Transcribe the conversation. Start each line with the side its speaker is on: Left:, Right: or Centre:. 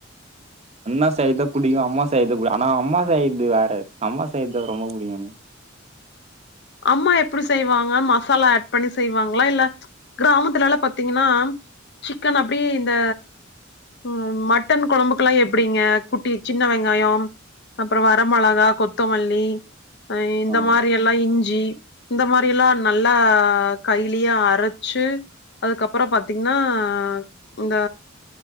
Right: அண்ணா செய்யறதும் புடிக்கும் அம்மா செய்யறது கூட ஆனா அம்மா செய்யறது வேற அம்மா செய்யறது ரொம்ப புடிக்கும் எனக்கு
Left: அம்மா எப்படி செய்வாங்க மசாலா ஆட் பண்ணி செய்வாங்ளா இல்ல கிராமத்துல எல்லா பாத்தீங்கன்னா சிக்கன் அப்டியே இந்த உம் மட்டன் கொழம்புக்கெல்லா எப்படிங்க குட்டி சின்ன வெங்காயம் அப்பறோ வர மொளகா கொத்தமல்லி அ இந்த
Right: ஆ
Left: மாறி எல்லா இஞ் சி இந்த மாறி எல்லா நல்லா கைலயே அரைச்சு அதுக்கப்றோ பாத்தீங்கன்னா இந்த